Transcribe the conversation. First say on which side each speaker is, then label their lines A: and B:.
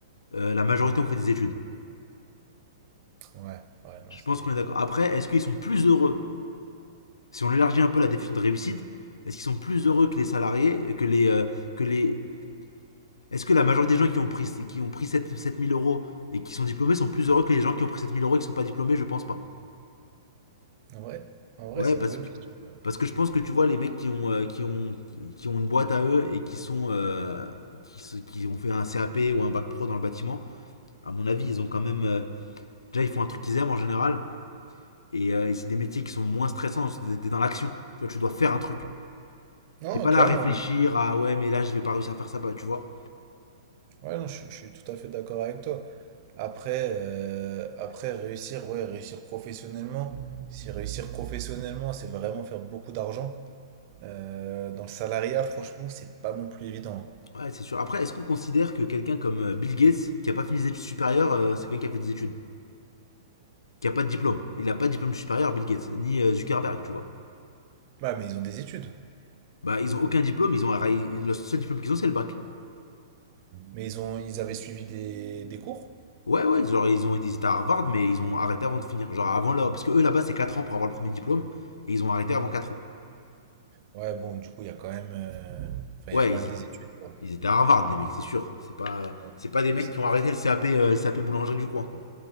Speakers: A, on the left; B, on the right.
A: euh, la majorité ont fait des études.
B: Ouais, ouais, non,
A: Je
B: c'est.
A: pense qu'on est d'accord. Après, est-ce qu'ils sont plus heureux Si on élargit un peu la définition de réussite, est-ce qu'ils sont plus heureux que les salariés, que les, euh, que les Est-ce que la majorité des gens qui ont pris, qui ont pris 7, 7000 euros et qui sont diplômés sont plus heureux que les gens qui ont pris 7000 euros et qui sont pas diplômés Je pense pas.
B: En vrai, en vrai,
A: Ouais,
B: c'est
A: parce
B: une bonne
A: que,
B: question, quoi.
A: parce que je pense que tu vois, les mecs qui ont, euh, qui ont, qui ont une boîte à eux et qui, sont, euh, qui, qui ont fait un CAP ou un bac pro dans le bâtiment, à mon avis, ils ont quand même. euh, déjà, ils font un truc qu'ils aiment en général. Et, euh, et c'est des métiers qui sont moins stressants, t'es dans l'action. Tu vois, tu dois faire un truc.
B: Non,
A: T'es pas
B: clairement.
A: là à réfléchir
B: ouais.
A: à ouais, mais là, je vais pas réussir à faire ça, bah, tu vois.
B: Ouais, non, je, suis je suis tout à fait d'accord avec toi. Après, euh, après réussir, ouais, réussir professionnellement. Si réussir professionnellement, c'est vraiment faire beaucoup d'argent. euh, dans le salariat, franchement, c'est pas non plus évident.
A: Ouais, c'est sûr. Après, est-ce qu'on considère que quelqu'un comme euh, Bill Gates, qui a pas fini des études supérieures, euh, c'est quelqu'un qui a fait des études, qui a pas de diplôme Il a pas de diplôme supérieur, Bill Gates, ni euh, Zuckerberg, tu vois.
B: Ouais, mais ils ont des études.
A: Bah, ils ont aucun diplôme, ils ont arrêt- le seul diplôme qu'ils ont, c'est le bac.
B: Mais ils ont, ils avaient suivi des, des cours.
A: Ouais, ouais, genre, ils ont été ils étaient à Harvard, mais ils ont arrêté avant de finir. Genre, avant là, parce que eux là-bas, c'est 4 ans pour avoir le premier diplôme, et ils ont arrêté avant 4 ans.
B: Ouais, bon, du coup, il y a quand même, euh, enfin,
A: Ouais,
B: il y a quand
A: ils,
B: même des
A: é-
B: études, quoi.
A: ils étaient à Harvard, les mecs, c'est sûr. C'est pas,
B: Ouais,
A: c'est pas des mecs
B: c'est-
A: qui ont arrêté le CAP, euh, CAP boulangerie du coin, quoi.